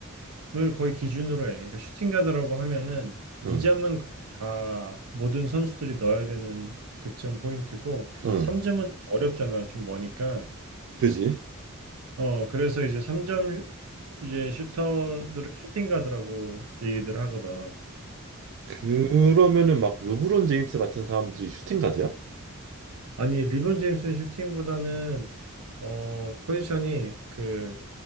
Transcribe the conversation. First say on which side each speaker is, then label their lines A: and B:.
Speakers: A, on the right; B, on the right.
A: 을 거의 기준으로 해. 그러니까 슈팅 가드라고 하면은
B: 응
A: 이점은 거의 다 모든 선수들이 넣어야 되는 득점 포인트고
B: 응.
A: 삼점은 어렵잖아. 좀 머니까.
B: 그지?
A: 어, 그래서 이제 삼점 이제 슈터들을 슈팅 가드라고 얘기들 하거든.
B: 그러면은 막 르브론 제임스 같은 사람들이 슈팅 가드야?
A: 아니, 리본 제임스는 슈팅보다는 어, 포지션이 그